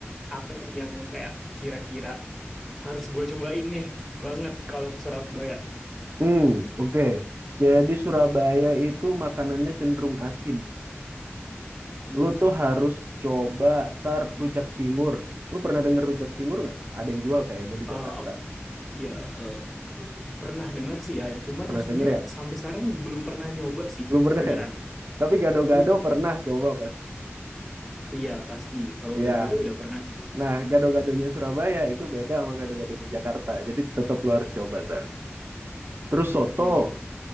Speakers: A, in the centre; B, on the right (about 55°).
A: apa yang kayak kira-kira harus gue cobain nih banget kalau ke Surabaya.
B: Hmm, oke. Jadi Surabaya itu makanannya cenderung asin.
A: Hmm.
B: Lu tuh harus coba tar rujak cingur. Lu pernah denger rujak cingur nggak? Ada yang jual kayaknya di
A: Uh,
B: Jakarta.
A: oke, Iya, eh, pernah dengar sih ya. Cuman
B: Pernah
A: maksudnya
B: denger ya?
A: sampai sekarang belum pernah nyoba sih,
B: Belum pernah
A: beneran.
B: ya? Tapi gado-gado
A: Iya,
B: pernah coba pasti.
A: iya pasti. Kalau
B: Iya.
A: gado-gado udah pernah sih.
B: Nah, gado-gadonya Surabaya itu beda sama gado-gadonya Jakarta. Jadi tetap lu harus coba tar. Terus soto.
A: Oke.